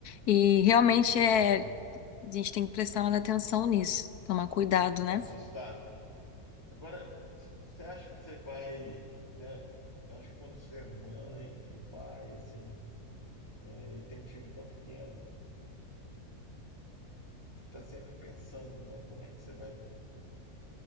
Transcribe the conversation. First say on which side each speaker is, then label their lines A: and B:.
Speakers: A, on the left; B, on the left.
A: e realmente é,
B: <laughs>
A: a gente tem que prestar mais atenção nisso, tomar cuidado, né?
B: Tá assustado. Agora, você acha que você vai, né? eu Acho que quando você é mãe e pai, assim, né, e tem um filho tão pequeno, você está sempre pensando, né? Como é que você vai,